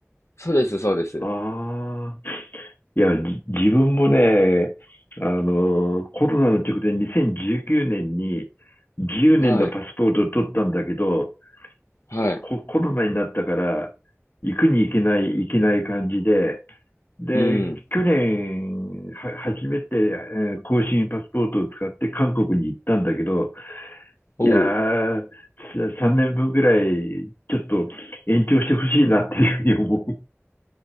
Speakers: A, on the left; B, on the left.
A: そうです、そうです。
B: ああ。いや、じ自分もね、あの、コロナの直前、2019年に10年のパスポートを取ったんだけど、
A: はい、はい。
B: コ、コロナになったから、行くに行けない、行けない感じで、で、
A: うん。
B: 去年、は、初めて、えー更新パスポートを使って韓国に行ったんだけど、
A: おう。
B: いやー、さ3年分ぐらい、ちょっと延長してほしいなっていうふうに思